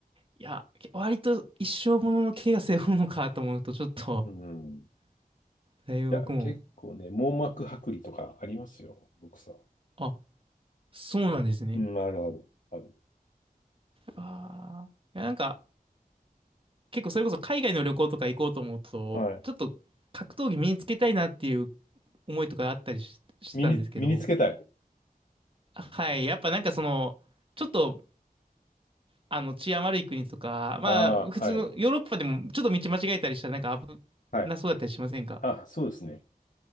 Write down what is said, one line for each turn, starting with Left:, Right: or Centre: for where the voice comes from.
Right: い。いや、け割と一生ものの怪我背負うのかと思うと、ちょっと、
Left: うん。い
Right: だいぶ僕も、
Left: や、結構ね、網膜剥離とかありますよ、ボクサー。
Right: あ、そうなんですね。
Left: うん、あるある、ある。
Right: ああ。いや、なんか、結構それこそ海外の旅行とか行こうと思うと、
Left: はい。
Right: ちょっと格闘技身につけたいなっていう思いとかあったりし、してたんですけど、
Left: 身に、身につけたい。
Right: はい、やっぱなんかその、ちょっとあの治安悪い国とか、まあ普通のヨーロッパでもちょっと道間違えたりしたらなんか危なそうだったりしませんか
Left: ああ、はい。はい。あ、そうですね。